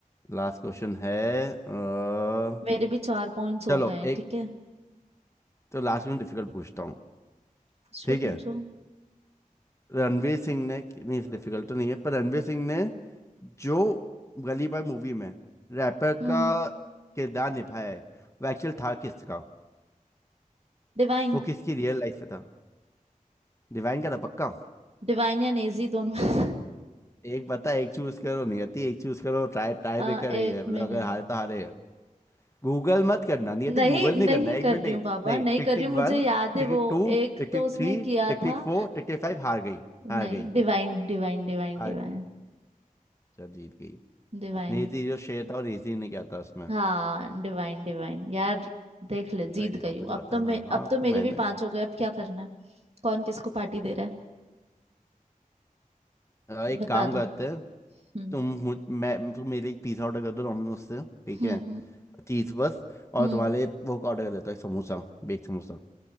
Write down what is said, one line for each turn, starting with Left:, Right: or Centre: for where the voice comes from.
Left: लास्ट क्वेश्चन है अ,
Right: मेरे भी चार पॉइंट्स हो
Left: चलो
Right: गए हैं
Left: एक
Right: ठीक है
Left: तो लास्ट में डिफिकल्ट पूछता हूँ
Right: पूछो
Left: ठीक है
Right: पूछो
Left: रणवीर सिंह ने नहीं डिफिकल्ट तो नहीं है पर रणवीर सिंह ने जो गली बॉय मूवी में रैपर
Right: हम्म
Left: का किरदार निभाया है वो एक्चुअल था किसका
Right: डिवाइन
Left: वो किसकी रियल लाइफ में था डिवाइन का था पक्का
Right: डिवाइन या नेजी दोनों <laughs> में-
Left: एक बता एक चूज करो नियति एक चूज करो ट्राई ट्राई
Right: आ,
Left: भी कर
Right: एक
Left: रही है मतलब
Right: मिनट
Left: अगर हारे तो हारे है गूगल मत करना नियति
Right: नहीं
Left: गूगल
Right: नहीं
Left: नहीं करना एक
Right: कर
Left: मिनट
Right: रही
Left: नहीं
Right: हूँ बाबा
Left: नहीं
Right: नहीं
Left: tick
Right: कर रही
Left: tick
Right: हूँ मुझे
Left: one
Right: याद है
Left: tick
Right: वो
Left: tick two
Right: एक
Left: tick
Right: तो
Left: tick
Right: उसने
Left: three
Right: किया
Left: tick
Right: था
Left: tick four tick tick five हार गई हार
Right: नहीं
Left: गई
Right: Divine Divine Divine
Left: हार
Right: Divine
Left: गई चल जीत गई
Right: Divine
Left: नेजी जो शेर था और नेजी ने क्या था उसमें
Right: हाँ डिवाइन डिवाइन यार देख ले
Left: भाई
Right: जीत
Left: नहीं
Right: गई
Left: था
Right: हूँ
Left: मुझे
Right: अब
Left: बताया
Right: तो मैं
Left: ना हाँ
Right: अब तो मेरे
Left: तो मैंने
Right: भी पांच हो गए अब क्या करना है कौन किसको पार्टी दे रहा है
Left: अ, एक
Right: बता
Left: काम
Right: दो
Left: करते हैं
Right: हम्म
Left: तुम मुझ मैं तुम मेरे लिए एक पिज़्ज़ा ऑर्डर कर दो डोमिनोज से ठीक
Right: हम्म
Left: है
Right: हम्म
Left: चीज़ बस और
Right: हम्म
Left: तुम्हारे लिए वो ऑर्डर कर देता हूँ एक समोसा बेक समोसा